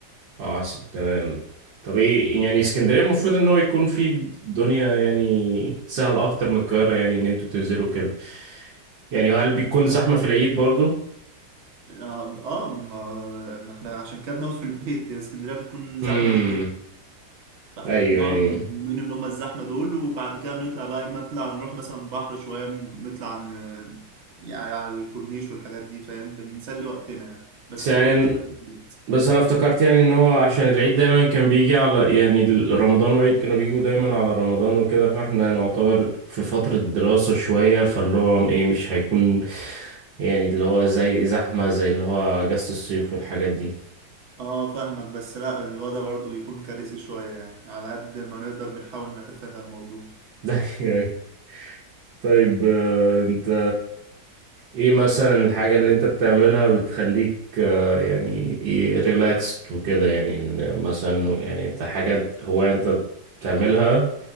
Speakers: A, on the right; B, on the right.
A: اه س- تمام طب ايه يعني اسكندريه المفروض ان هو يكون في دنيا يعني سهله اكتر من القاهره يعني ان انتوا تنزلوا كده يعني هل بيكون زحمه في العيد برضو
B: اه آه، ما ما احنا عشان كده بنقعد في البيت هي اسكندرية بتكون زحمة
A: امم
B: جدا فاحنا
A: ايوه
B: بنقعد
A: ايوه
B: اليومين اللي هم الزحمة دول وبعد كده بنطلع بقى اما نطلع نروح مثلا بحر شوية نطلع ن- يعني على الكورنيش والحاجات دي فاهم بنسلي وقتنا يعني بس
A: بس يعني
B: يكون الدنيا فضيت.
A: بس انا افتكرت يعني ان هو عشان العيد دايما كان بيجي على يعني ال- رمضان وعيد كانوا بيجوا دايما على رمضان وكده فاحنا نعتبر في فترة دراسة شوية فاللي هو ايه مش هيكون يعني اللي هو زي زحمة زي اللي هو اجازة الصيف والحاجات دي
B: اه فاهمك بس لا الوضع برضو بيكون كارثي شوية يعني على قد ما نقدر بنحاول نتفادى الموضوع
A: <laughs> ده يعني طيب آه، انت ايه مثلا الحاجة اللي انت بتعملها بتخليك آه، يعني ايه ريلاكست وكده يعني ال- مثلا يعني انت حاجة انت- هواية انت بتعملها